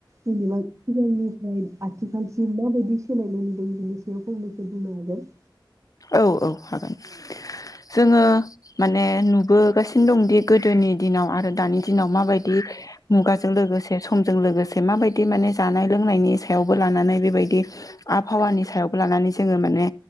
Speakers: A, on the right (about 35°); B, on the left (about 45°).
A: जेनेबा सिगांनिफ्राय आथिखालसिम माबायदि सोलायनाय बिनि सिङाव फंनैसो बुंनो हागोन
B: औ औ हागोन जोङो माने नुबोगासिनो दंदि गोदोनि दिनाव आरो दानि दिनाव माबायदि मुगाजो लोगोसे समजों लोगोसे माबायदि माने जानाय लोंनायनि सायावबो लानानै बेबायदि आबहावा नि सायाव लानानै जोङो माने